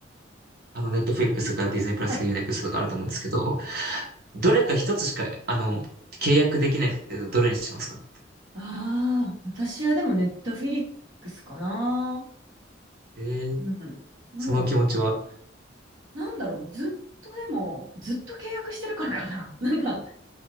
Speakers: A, on the right (about 50°); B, on the right (about 85°).
A: あの、ネットフリックスとかディズニープラスとかユーネクストとかあると思うんですけど、
B: はい。
A: どれか一つしか、あの、契約できないって言うとどれにしますか
B: ああ、私はでもネットフィリックスかな。
A: えー、
B: うん。も
A: その気持ちは。
B: う、なんだろう。ずっとでも、ずっと契約してるからかな。<laughs> なんか、